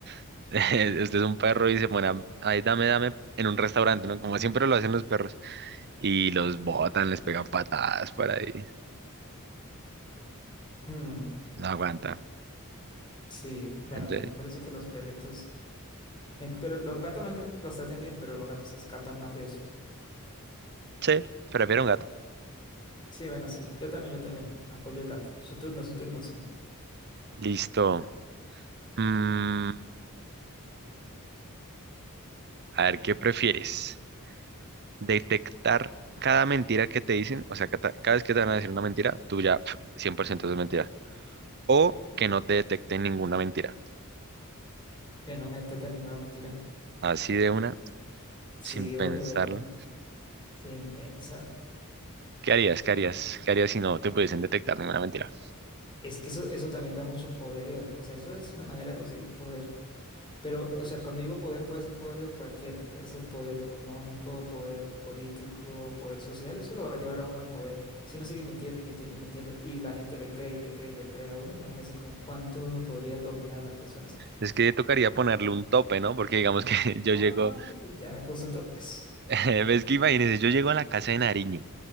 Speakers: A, on the right; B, on the left.
A: <laughs> usted es un perro y se pone, a- ay, dame, dame, en un restaurante, ¿no? Como siempre lo hacen los perros, y los botan, les pegan patadas por ahí,
B: Hmm,
A: no aguanta.
B: Sí, bueno,
A: Entonces,
B: también pobrecito los perritos. Eh, Pero los gatos no es que los traten bien, pero los gatos se escapan más de eso.
A: sí, prefiero un gato.
B: Sí, bueno, sí. Yo también, yo también. Apoyo el gato. Su turno, su turno, señor.
A: Listo. Mm, a ver, ¿qué prefieres? detectar cada mentira que te dicen, o sea, cada cada vez que te van a decir una mentira, tú ya pf, 100% es mentira. O que no te detecten ninguna mentira.
B: Que no metete ninguna mentira.
A: Así de una,
B: Sí,
A: sin pensarlo.
B: oye, de buena, sin pensarlo.
A: ¿Qué harías?
B: sin-
A: ¿Qué harías? ¿Qué harías si no te pudiesen detectar ninguna mentira?
B: Es que eso, eso también da mucho poder. O sea, eso es una manera de conseguir poder. Pero, o sea, cuando digo poder, puede ser poder de cualquiera. Puede ser poder económico, poder político, poder social. Eso lo va a llevar a uno al poder. Si uno sigue mintiendo y mintiendo y mintiendo y la gente le cree y le cree y le cree a uno, imagínese con cuánto uno podría dominar a las personas.
A: Es que tocaría ponerle un tope, ¿no? Porque digamos que <laughs> yo
B: Ay,
A: llego,
B: ya me puso topes.
A: <laughs> ves que imagínense, yo llego a la casa de Nariño.